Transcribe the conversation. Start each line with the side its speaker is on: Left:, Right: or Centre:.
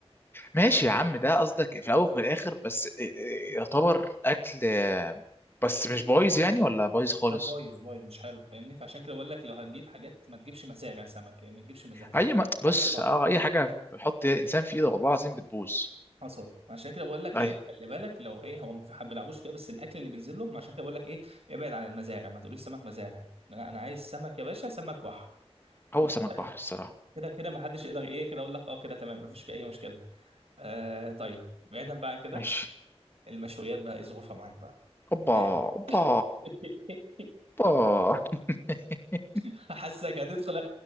Left: ماشي يا عم ده قصدك في الاول وفي الاخر بس إيه- إيه، يعتبر اكل آه، بس مش بايظ يعني ولا بايظ خالص
Right: لا بايظ بايظ مش حلو فاهمني فعشان كده بقول لك لو هتجيب حاجات ما تجيبش مزارع سمك يعني ما تجيبش مزارع
Left: اي ما
Right: يعني
Left: بص
Right: اكل بحر
Left: اه اي حاجه بيحط انسان في ايده والله العظيم بتبوظ
Right: حصل عشان كده بقول لك
Left: ايوه
Right: إيه، خلي بالك لو ايه هو ما في حد بيلعبوش فيها بس الاكل اللي بينزل لهم عشان كده بقول لك ايه ابعد عن المزارع ما تقوليش سمك مزارع لا انا عايز سمك يا باشا سمك بحر
Left: هو
Right: ده
Left: سمك
Right: كده
Left: بحر الصراحه
Right: كده كده ما حدش يقدر ايه كده اقول لك اه كده تمام ما فيش في اي مشكله آه طيب بعيدا بقى عن كده
Left: ماشي
Right: المشويات بقى ايه ظروفها معاك بقى
Left: اوبا
Right: من الاخر
Left: اوبا
Right: <laughs>
Left: اوبا <laughs>
Right: حاسك هتدخل